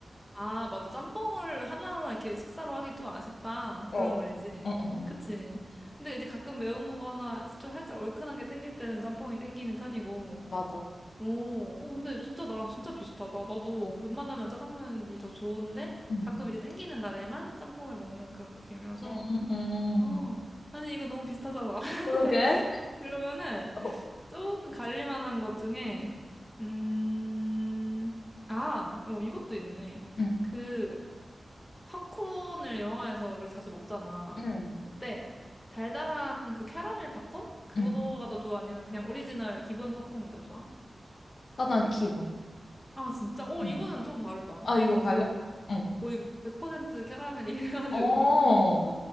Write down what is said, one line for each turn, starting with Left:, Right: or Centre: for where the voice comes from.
Centre: 아, 맞아. 짬뽕을 하나로만 이렇게 식사로 하긴 좀 아쉽다.
Left: 어.
Centre: 그런 말이지.
Left: 응, 응, 응.
Centre: 그치.
Left: 응.
Centre: 근데 이제 가끔 매운 거나 좀 살짝 얼큰한 게 땡길 때는 짬뽕이 땡기는 편이고.
Left: 맞아.
Centre: 오, 오, 근데 진짜 나랑 진짜 비슷하다. 나도
Left: 어.
Centre: 웬만하면 짜장면이 더 좋은데
Left: 응.
Centre: 가끔 이제 땡기는 날에만 짬뽕을 먹는 그런 느낌이라서.
Left: 음.
Centre: 어, 아니, 이거 너무 비슷하잖아. <laughs>
Left: 그러게.
Centre: 그러면은
Left: 어.
Centre: 조금 갈릴만한 것 중에, 음, 아, 어, 이것도 있네.
Left: 응,
Centre: 그, 팝콘을 영화관에서 우리가 자주 먹잖아.
Left: 음. 응.
Centre: 그때 달달한 그 캐러멜 팝콘? 그거가
Left: 응.
Centre: 더 좋아? 아니면 그냥 오리지널 기본 팝콘이 더 좋아?
Left: 짜장 기본.
Centre: 아, 진짜? 어,
Left: 응.
Centre: 이거는 좀 다르다.
Left: 아,
Centre: 나는
Left: 이건 갈려?
Centre: 거의,
Left: 응.
Centre: 거의 100% 캐러멜 이래가지고.
Left: 어,
Centre: <laughs> 어,